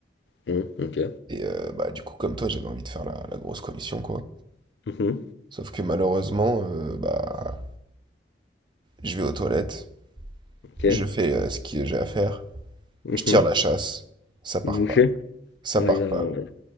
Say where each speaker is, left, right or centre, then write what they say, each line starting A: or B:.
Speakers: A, on the left; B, on the right.
A: Mmh, ok.
B: Et euh, bah, du coup, comme toi, j'avais envie de faire la, la grosse commission, quoi.
A: Mmh,
B: Sauf que malheureusement, euh, bah, je vais aux toilettes,
A: ok.
B: je fais euh, ce que j'ai à faire,
A: Mmh.
B: je tire la chasse, ça part
A: Boucher.
B: pas. Ça
A: Ah,
B: part
A: il y a
B: pas,
A: un-
B: gros.
A: euh,